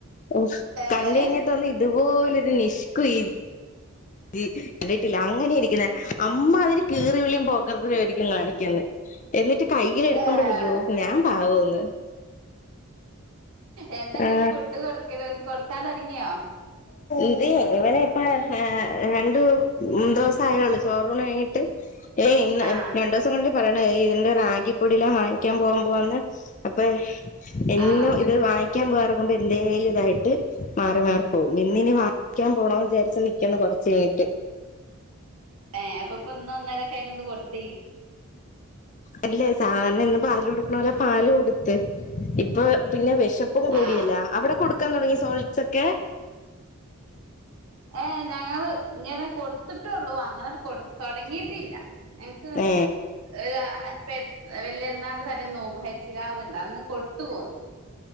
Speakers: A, on the left (about 35°); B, on the right (about 75°).
A: ഓ
B: ഏഹ്
A: കണ്ടു കഴിഞ്ഞാൽ തോന്നും ഇതുപോലൊരു നിഷ്- കുയിൽ ദി ട്ടില്ല അങ്ങനിരിക്കുന്ന അമ്മാതിരി കീറി വിളിയും പോക്കർത്തരം ആയിരിക്കും കാണിക്കുന്നത് എന്നിട്ട് കയ്യിലെടുക്കുമ്പഴേയ്യോ
B: ആഹ്
A: ഞാൻ പാവോന്ന്
B: എന്തെങ്ങ്
A: ആ
B: ഫുഡ് കൊടുക്കലോന് കൊടു ഇത്താതറങ്ങിയോ
A: ഇത് ഇവന ഇപ്പ രണ്ടു ദിവസായുള്ളൂ ചോറൂണ് കഴിഞിട്ട് ഏയ് ഇന്ന്
B: ആഹ്
A: രണ്ടെസം കൊണ്ട് പറയണ ഇതിന്റെറാഗിപ്പൊടില്ല വാങ്ങിക്കാൻ പോകാൻ പോവാന്ന് അപ്പ എന്നും
B: ആഹ്
A: ഇത് വായിക്കാൻ പോവാറ് ന്തൽ ഇതായിട്ട് മാറി മാറി ഓ ഇന്നിനി വായിക്കാൻ പോണോന്ന് വിചാരിച്ച് നിക്കണ് കൊറച്ച് കഴിഞ്ഞട്ട്
B: ഏ് അപ്പൊപ്പൊ ഇന്ന് ഇന്നലൊക്കെ ആയിട്ട് കൊടുത്തു
A: അല്ലെ സാ എന്നും പാല് കൊടുക്കണോല പാല് കൊടുത്ത്, ഇപ്പൊ പിന്നെ വെശപ്പും കൂടിയില്ല.
B: ആഹ്
A: അവിട കൊടുക്കാൻ തൊടങ്ങി സോളിഡ്സ് ഒക്കെ?
B: ഏഹ് ഞങ്ങള് ഇങ്ങനെ കൊടുത്തിട്ടേള്ളൂ. അങ്ങന കൊട് തൊടങ്ങിയിട്ടില്ല, എക്ക്
A: ഏ
B: ങ് ആ പെ അഹ് വല്യരുന്നാളിന്റ തലേന്ന് നോമ്പ് ഹജ്ജ് രാവുണ്ട്, അന്ന് കൊടുത്ത് പോന്ന്.